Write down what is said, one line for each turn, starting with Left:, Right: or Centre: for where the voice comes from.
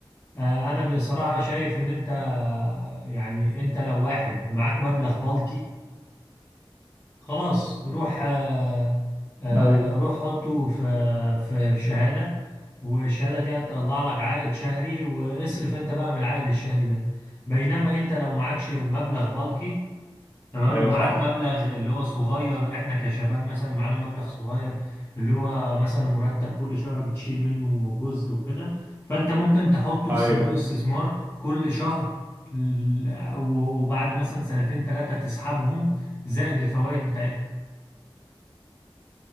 Left: آه، انا بصراحة شايف ان انت يعني انت لو واحد معاك مبلغ بلكي خلاص روح آه، آه،
Right: ايوه
Left: روح حطه في في في شهادة والشهادة دي هتطلع لك عائد شهري واصرف انت بقى من العائد الشهري ده بينما انت لو معكش مبلغ بلكي تمام
Right: ايوه
Left: ومعاك
Right: صح
Left: مبلغ اللي هو صغير احنا كشباب مثلا معانا مبلغ صغير اللي هو مثلا مرتب كل شهر بتشيل منه جزء وكده فانت ممكن تحطه
Right: ايوه
Left: في صندوق استثمار كل شهر ل- وبعد مثلا سنتين ثلاثة تسحبهم زائد الفوائد بتاعتهم